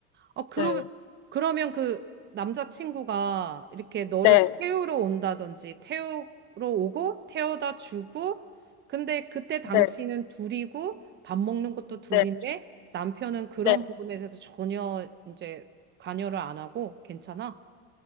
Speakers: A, on the right; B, on the left.
A: 아, 그러면,
B: 네,
A: 그러면 그 남자친구가 이렇게 너를
B: 네,
A: 태우러 온다든지, 태우러 오고, 태워다 주고, 근데 그때
B: 네,
A: 당신은 둘이고, 밥 먹는 것도 둘인데,
B: 네,
A: 남편은 그런
B: 네.
A: 부분에 대해서 전혀 이제 관여를 안 하고, 괜찮아?